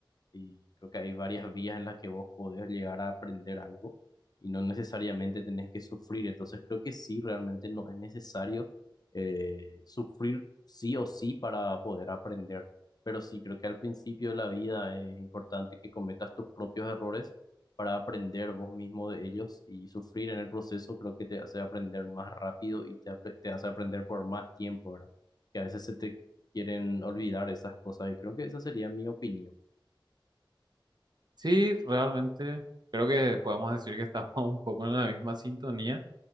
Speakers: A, on the left (about 50°); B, on the right (about 50°).
A: y creo que hay varias vías en las que vos podés llegar a aprender algo y no necesariamente tenés que sufrir. Entonces creo que sí, realmente no es necesario eh, sufrir sí o sí para poder aprender. Pero sí, creo que al principio de la vida es importante que cometas tus propios errores para aprender vos mismo de ellos y sufrir en el proceso creo que te hace aprender más rápido y te, apre- te hace aprender por más tiempo, ¿verdad? Que a veces se te quieren olvidar esas cosas y creo que esa sería mi opinión.
B: Sí, realmente creo que podemos decir que estamos <laughs> un poco en la misma sintonía.